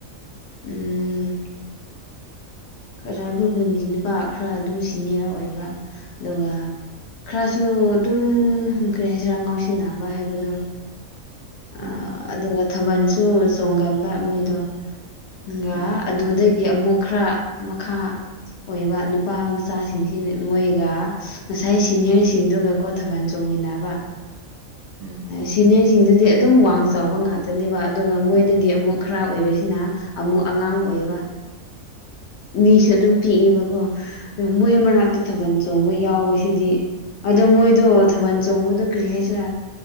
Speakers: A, on the left; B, on the right.
A: ꯎꯝ ꯈꯔ ꯑꯩꯈꯣꯏ ꯈꯨꯟꯒꯤ ꯅꯨꯄꯥ ꯈꯔ ꯑꯗꯨꯝ ꯁꯤꯅꯤꯌꯔ ꯑꯣꯏꯕ ꯑꯗꯨꯒ ꯈꯔꯁꯨ ꯑꯗꯨꯝ ꯍꯪ ꯀꯔꯤ ꯍꯥꯏꯁꯤꯔꯥ ꯉꯥꯎꯁꯤꯟꯅꯕ ꯍꯥꯏꯕꯗꯣ
B: ꯎꯝ
A: ꯑ ꯑꯗꯨꯒ ꯊꯥꯕꯜꯁꯨ ꯆꯣꯡꯒꯟꯕ ꯃꯣꯏꯗꯣ ꯒꯥ
B: ꯎꯝ
A: ꯑꯗꯨꯗꯒꯤ ꯑꯃꯨꯛ ꯈꯔ ꯃꯈꯥ ꯑꯣꯏꯕ ꯅꯨꯄꯥ ꯃꯆꯥꯁꯤꯡꯁꯤ ꯃꯣꯏꯒ ꯉꯁꯥꯏ ꯁꯤꯅꯤꯌꯔꯁꯤꯡꯗꯨꯒꯀꯣ ꯊꯥꯕꯥꯜ ꯆꯣꯡ ꯃꯤꯟꯅꯕ
B: ꯎꯝ
A: ꯁꯤꯅꯦꯁꯤꯡꯗꯨꯗꯤ ꯑꯗꯨꯝ ꯋꯥꯡ ꯆꯥꯎꯕ ꯉꯥꯛꯇꯅꯦꯕ ꯑꯗꯨꯒ ꯃꯣꯏꯗꯒꯤ ꯑꯃꯨꯛ ꯈꯔ ꯑꯣꯏꯕꯁꯤꯅ ꯑꯃꯨꯛ ꯑꯉꯥꯡ ꯑꯣꯏꯕ ꯃꯤꯁꯨ ꯑꯗꯨꯝ ꯄꯤꯛꯑꯦꯕꯀꯣ ꯑꯗꯣ ꯃꯣꯏ
B: ꯎꯝ
A: ꯃꯅꯥꯛꯇ ꯊꯥꯕꯜ ꯆꯣꯡꯕ ꯌꯥꯎꯕꯁꯤꯗꯤ ꯑꯗꯣ ꯃꯣꯏꯗꯣ ꯊꯥꯕꯜ ꯆꯣꯡꯕꯗꯣ ꯀ꯭ꯔꯤ ꯍꯥꯏꯁꯤꯔꯥ